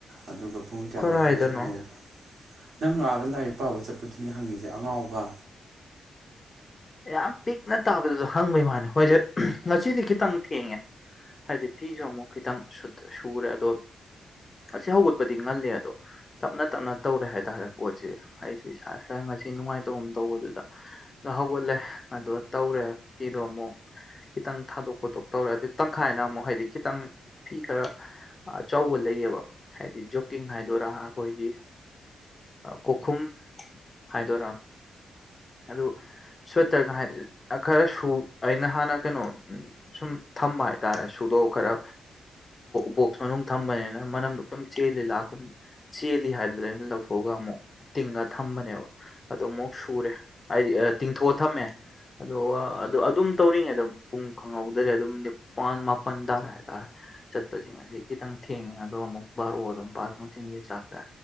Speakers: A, on the right (about 60°); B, on the left (about 25°).
A: ꯑꯗꯨꯒ ꯄꯨꯡ ꯀꯌꯥꯗ
B: ꯀꯔꯥꯏꯗꯅꯣ
A: ꯍꯜꯂꯛꯏꯅꯣ ꯅꯪ ꯑꯥꯛꯗ ꯂꯥꯏꯔꯤꯛ ꯄꯥꯕ ꯆꯠꯄꯗꯨꯅꯤ ꯍꯪꯉꯤꯁꯦ ꯑꯉꯥꯎꯕ
B: ꯌꯥꯝ ꯄꯤꯛꯅ ꯇꯥꯕꯗꯨꯁꯨ ꯍꯪꯕꯩ ꯋꯥꯅꯤ ꯍꯣꯏꯁꯦ ꯉꯁꯤꯗꯤ ꯈꯤꯇꯪ ꯊꯦꯡꯉꯦ ꯍꯥꯏꯗꯤ ꯐꯤꯁꯨ ꯑꯃꯨꯛ ꯈꯤꯇꯪ ꯁꯨꯔꯦ ꯑꯗꯣ ꯉꯥꯁꯤ ꯍꯧꯒꯠꯄꯗꯤ ꯉꯜꯂꯦ ꯑꯗꯣ ꯇꯞꯅ ꯇꯞꯅ ꯇꯧꯔꯦ ꯍꯥꯏꯇꯥꯔꯦ ꯄꯣꯠꯁꯤ ꯑꯩꯁꯨ ꯏꯁꯥ ꯏꯁ ꯉꯁꯤ ꯅꯨꯡꯉꯥꯏꯇꯧ ꯇꯧꯕꯗꯨꯗ ꯅ ꯍꯧꯒꯠꯂꯦ ꯑꯗꯨꯒ ꯇꯧꯔꯦ ꯐꯤꯗꯣ ꯑꯃꯨꯛ ꯈꯤꯇꯪ ꯊꯥꯗꯣꯛ ꯈꯣꯠꯇꯣꯛ ꯇꯧꯔꯦ ꯑꯗꯨ ꯇꯪꯈꯥꯏꯅ ꯑꯃꯨꯛ ꯍꯥꯏꯗꯤ ꯈꯤꯇꯪ ꯐꯤ ꯈꯔ ꯑꯆꯧꯕ ꯂꯩꯌꯦꯕ ꯍꯥꯏꯗꯤ ꯖꯣꯛꯀꯤꯡ ꯍꯥꯏꯗꯣꯏꯔꯥ ꯑꯩꯈꯣꯏꯒꯤ ꯀꯣꯛꯈꯨꯝ ꯍꯥꯏꯗꯣꯏꯔꯥ ꯑꯗꯨ ꯁ꯭ꯋꯦꯇꯔ ꯉꯍꯥꯏ ꯈꯔ ꯁꯨ ꯑꯩꯅ ꯍꯥꯟꯅ ꯀꯩꯅꯣ ꯁꯨꯝ ꯊꯝꯕ ꯍꯥꯏꯇꯥꯔꯦ ꯁꯨꯗꯣꯛ ꯈꯔ ꯕꯣꯛꯁ ꯃꯅꯨꯡ ꯊꯝꯕꯅꯤꯅ ꯃꯅꯝꯗꯣ ꯀꯩꯝ ꯆꯦꯜꯂꯤ ꯂꯥꯛꯀꯨꯝ ꯆꯦꯜꯂꯤ ꯍꯥꯏꯗꯨꯅ ꯑꯩꯅ ꯂꯧꯊꯣꯛꯑꯒ ꯑꯃꯨꯛ ꯇꯤꯡꯉ ꯊꯝꯕꯅꯦꯕ ꯑ ꯑꯃꯨꯛ ꯁꯨꯔꯦ ꯍꯥꯏꯗꯤ ꯇꯤꯡꯊꯣꯛꯑ ꯊꯝꯃꯦ ꯑꯗꯨꯒ ꯑꯗꯨ ꯑꯗꯨꯝ ꯇꯧꯔꯤꯉꯩꯗ ꯄꯨꯡ ꯈꯪꯍꯧꯗ꯭ꯔꯦ ꯑꯗꯨꯝ <unintelligible> ꯆꯠꯄꯁꯤꯡ ꯑꯁꯤ ꯈꯤꯇꯪ ꯊꯦꯡꯉꯤ ꯑꯗꯣ ꯑꯃꯨꯛ ꯕꯥꯔꯨ ꯑꯗꯨꯝ ꯄꯥ ꯅꯨꯡꯊꯤꯟꯒꯤ ꯆꯥꯛꯁꯦ